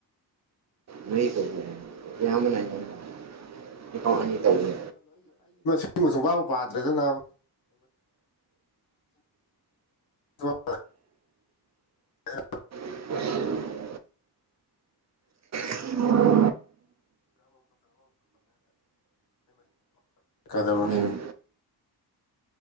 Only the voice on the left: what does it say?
ꯑꯗꯨ ꯑꯁꯨꯝ ꯋꯥꯕ ꯄꯥꯗ꯭ꯔꯗꯅ <unintelligible> <unintelligible>
ꯀꯩꯗꯧꯔꯅꯦ